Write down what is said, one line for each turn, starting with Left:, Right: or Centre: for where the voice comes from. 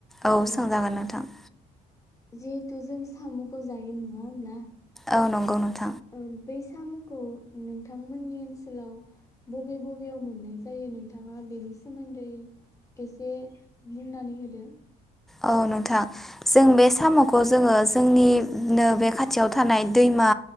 Centre: औ
Left: ओ
Centre: सोंजागोन नोंथां।
Left: जिहेथु जों साम'खौ जायो नङा होमब्ला
Centre: औ नंगौ नोंथां।
Left: ओं बै साम'खौ नोंथांमोननि ओनसोलाव बबे बबेयाव मोननाय जायो नोंथाङा बेनि सोमोन्दै एसे बुंनानै होदो।
Centre: औ नोंथां जों बे साम'खौ जोङो जोंनिनो बे खाथियाव थानाय दैमा